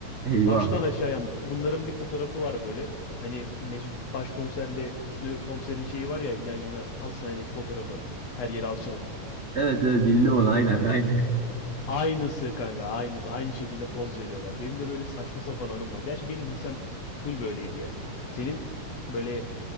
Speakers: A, on the right; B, on the left.
A: Eyvah.
B: baştan aşağıya bunların bir fotoğrafı var böyle. Hani Mesut Başkomiserle Hüsnü Komiser'in şeyi var ya yan yana hastanedeki fotoğrafı. Her yeri alçılı.
A: Evet evet bildim onu aynen
B: He,
A: aynen.
B: aynısı kanka aynısı. Aynı şekilde poz veriyorlar. Benim de böyle saçma sapan anım var. Gerçi benim lisem full böyleydi ya. Senin böyle